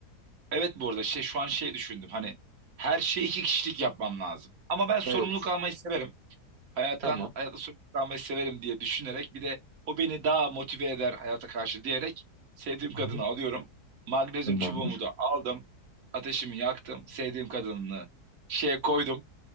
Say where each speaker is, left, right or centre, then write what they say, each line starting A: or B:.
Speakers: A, on the right (about 60°); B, on the right (about 45°).
A: Evet bu arada şey şu an şey düşündüm. Hani her şeyi iki kişilik yapmam lazım. Ama ben sorumluluk
B: Evet.
A: almayı severim. Hayattan
B: Tamam.
A: hayatta sorumluluk almayı severim diye düşünerek bir de o beni daha motive eder hayata karşı diyerek sevdiğim kadını
B: Hı hı.
A: alıyorum. Magnezyum
B: Tamamdır.
A: çubuğumu da aldım. Ateşimi yaktım. Sevdiğim kadını şeye koydum.